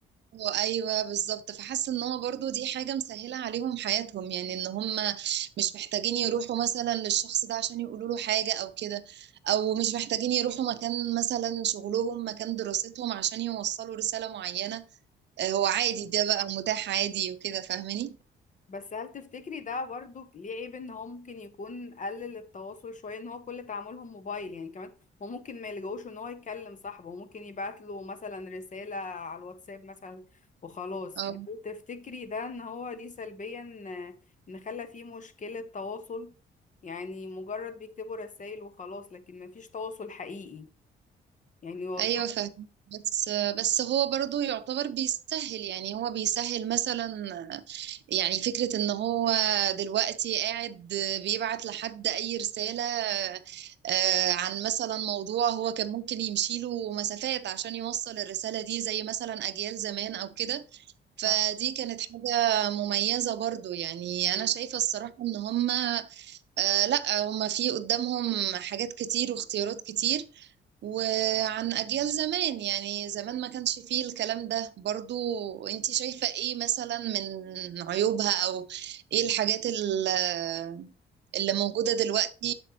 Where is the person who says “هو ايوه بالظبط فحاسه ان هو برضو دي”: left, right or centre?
Right